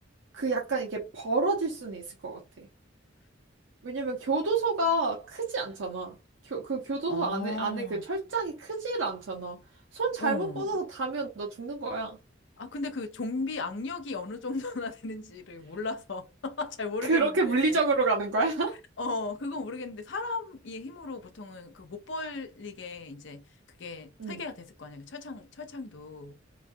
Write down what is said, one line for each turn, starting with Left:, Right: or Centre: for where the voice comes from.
Right: 그 약간 이렇게 벌어질 수는 있을 것 같아. 왜냐면 교도소가 크지 않잖아. 교, 그 교도소
Left: 아,
Right: 안에, 안에 그 철장이 크지를 않잖아. 손 잘못
Left: 어.
Right: 뻗어서 닿으면 너 죽는 거야.
Left: 아, 근데 그 좀비 악력이 어느 정도나 <laughs> 되는지를 몰라서 <laughs> 잘 모르겠는데.
Right: 그렇게 물리적으로 가는 거야? <laughs>
Left: 어, 그건 모르겠는데 사람의 힘으로 보통은 그 못 벌리게 이제 그게
Right: 음,
Left: 설계가 됐을 거 아니야. 그 철창, 철창도.